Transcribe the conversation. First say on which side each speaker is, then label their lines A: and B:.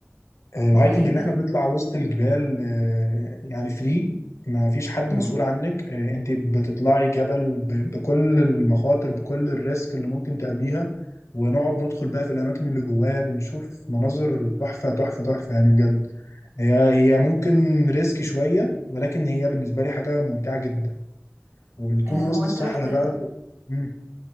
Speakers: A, on the left (about 85°); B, on the right (about 75°).
A: الهايكنج
B: ده ايه
A: اللي
B: ده
A: احنا بنطلع وسط الجبال آه، يعني فري ما فيش حد
B: امم
A: مسؤول عنك آه، انت بتطلعي جبل ب- بكل المخاطر بكل الريسك اللي ممكن تقابليها ونقعد ندخل بقى في الاماكن اللي جواها بنشوف مناظر تحفة تحفة تحفة يعني بجد هي هي ممكن ريسك شوية ولكن هي بالنسبة لي حاجة ممتعة جدا وبنكون
B: آه
A: وسط
B: هو انت
A: الصحراء
B: رحت آه
A: بقى و... مم.